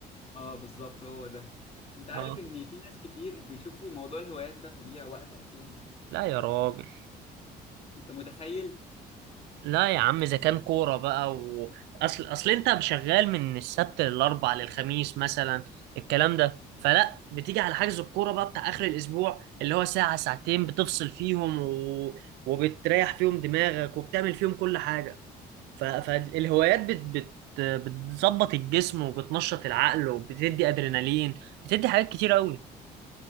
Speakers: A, on the left; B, on the right.
A: اه بالظبط هو ده انت عارف
B: اه
A: ان في ناس كتير بيشوفوا موضوع الهوايات ده تضييع وقت اصلا
B: لا يا راجل
A: انت متخيل
B: لا يا عم اذا كان كوره بقى و... اصل اصل انت شغال من السبت للاربع للخميس مثلا الكلام ده فلا بتيجي على حجز الكوره بقى بتاع اخر الاسبوع اللي هو ساعه ساعتين بتفصل فيهم و... وبتريح فيهم دماغك وبتعمل فيهم كل حاجه ف- فالهوايات بت بت بتظبط الجسم وبتنشط العقل وبتدي ادرينالين بتدي حاجات كتير قوي